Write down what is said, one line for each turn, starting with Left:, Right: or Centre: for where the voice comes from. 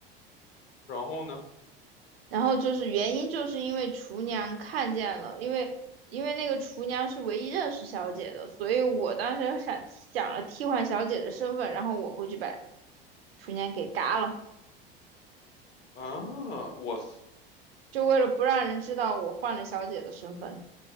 Left: 然后呢，
Right: 然后就是原因就是因为厨娘看见了，因为因为那个厨娘是唯一认识小姐的，所以我当时想想了替换小姐的身份，然后我过去把厨娘给嘎了，
Left: 啊，我操
Right: 就为了不让人知道我换了小姐的身份。